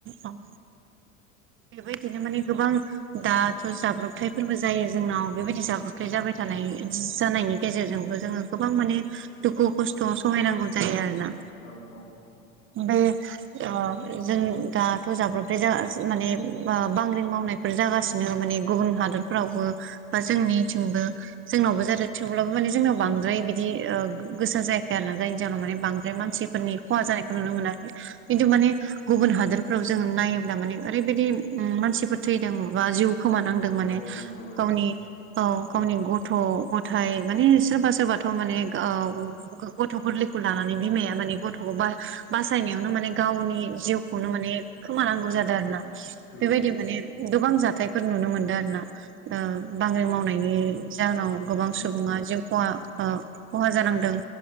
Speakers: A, on the right; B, on the left.
A: औ बेबायदिनो माने गोबां दाथ' जाब्रबथायफोरबो जायो जोंनाव बेबायदि जाब्रबथाय जाबाय थानाय जानायनि गेजेरजोंबो जोङो गोबां माने दुखु-खस्थ' सहायनांगौ जायो आरो ना।
B: औ औ
A: ओमफ्राय ओ जों दाथ' जाब्रबथाय जा माने बा-बांग्रिं मावनायफोर जागासिनो माने गुबुन हादोरफोरावबो बा जोंनिथिंबो। जोंनावबो जादों थेवब्लाबो माने जोंनाव बांद्राय बिदि ओ गोसा जायाखै आरो ना जायनि जाहोनाव माने बांद्राय मानसि- फोरनि खहा जानायखौ नुनो मोनाखै। खिन्थु माने गुबुन हादोरफ्राव जों नायोब्ला माने ओरैबायदि मानसिफोर थैदों बा जिउ खोमानांदों माने
B: औ औ नंगौ
A: गावनि
B: नंगौ
A: औ गावनि गथ'-गथाइ माने सोरबा सोरबाथ' माने ओ गथ' गोरलैखौ लानानै बिमाया माने गथ'खौ बा बासायनायावनो माने गावनि जिउखौनो माने खोमानांगौ जादों आरो ना
B: नंगौ
A: बेबायदि
B: नंगौ
A: माने गोबां जाथायफोर नुनो मोनदों आरो ना ओ बांग्रि मावनायनि जाहोनाव गोबां
B: नंगौ
A: सुबुङा जिउ खहा ओ खहा जानांदों